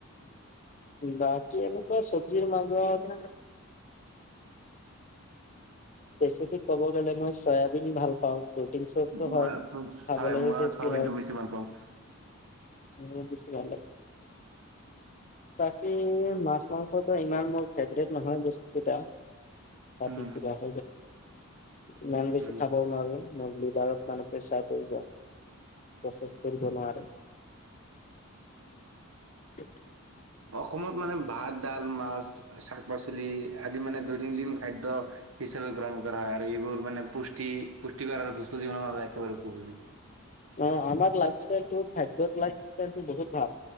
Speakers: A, on the left; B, on the right.
A: বাকী এনেকুৱা চবজিৰ মাজত বেচিকে কব গলে মই চয়াবিন ভাল পাওঁ প্ৰটিন চপটো
B: মই
A: হয় খাবলৈও
B: হয়, মই
A: টেষ্টি
B: চয়াবিনটো
A: হয়
B: বেছি ভাল পাওঁ,
A: উ বেছি ভাল লাগে বাকী মাছ মাংসটো ইমান মোৰ ফেভেৰেট নহয় বস্তু কেইটা অছ
B: উম,
A: ইমান বেছি
B: উম।
A: খাবও নোৱাৰো মলীবাৰত মানে প্ৰেচাৰ পৰিব প্ৰচেছ কৰিব নোৱাৰে। ত
B: অ অসমত মানে ভাত ডাল মাছ শাক পাচলি আদি মানে দৈনন্দিন খাদ্য। হিচাপে গ্ৰহণ কৰা হয় আৰু এইবোৰ মানে পুষ্টি পুষ্টি কৰাৰ সুস্থভ একেবাৰে উপযোগী।
A: অ অ আমাৰ লাইফ ষ্টাইলটো ফাইভব লাইফ ষ্টাইলটো বহুত ভাল